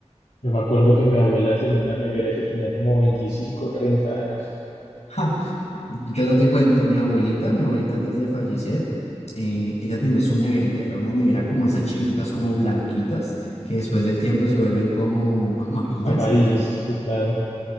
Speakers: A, on the left; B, on the left.
A: Yo me acuerdo que mi abuela tenía una nevera que tenía como 25 o 30 años.
B: Ja, yo no te cuento, mi abuelita, mi abuelita antes de fallecer, eh, ella tenía su neverita, era una nevera como esas chiquiticas, como blanquitas, que después del tiempo se vuelven como amarillas,
A: Amarillas, sí, claro.